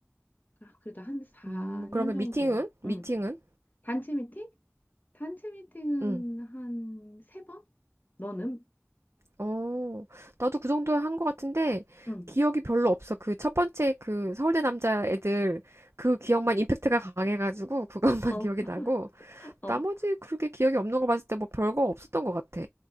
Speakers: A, on the left (about 40°); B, on the right (about 65°).
A: 아, 그래도 한 4년
B: 음, 그러면
A: 정도.
B: 미팅은? 미팅은?
A: 응. 단체 미팅? 단체 미팅은
B: 응.
A: 한 세번 너는?
B: 어, 나도 그 정도 한 것 같은데,
A: 응.
B: 기억이 별로 없어. 그 첫 번째 그 서울대 남자 애들, 그 기억만 임팩트가 강해가지고, 그것만 <laughs>
A: 어,
B: 기억이
A: <laughs>
B: 나고, 나머지
A: 어.
B: 그렇게 기억이 없는 거 봤을 때 뭐 별거 없었던 것 같아.